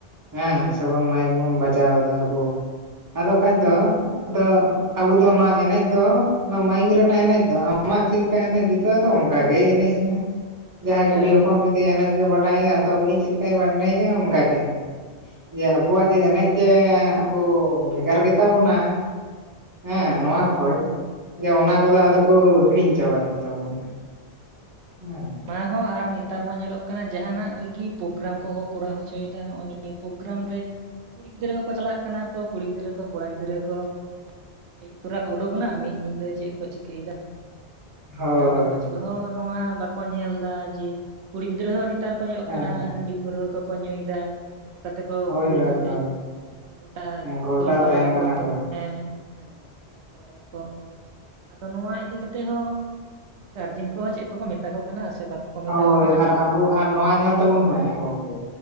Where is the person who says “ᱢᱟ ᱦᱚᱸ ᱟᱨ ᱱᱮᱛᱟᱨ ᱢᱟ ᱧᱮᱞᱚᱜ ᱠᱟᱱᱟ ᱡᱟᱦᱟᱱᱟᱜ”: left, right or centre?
Right